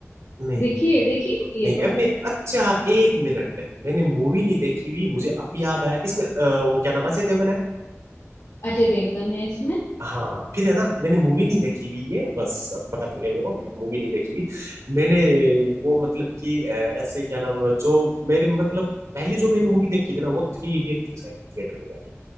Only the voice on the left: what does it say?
देखिए देखिए होगी ये
तो
अजय देवगन है इसमें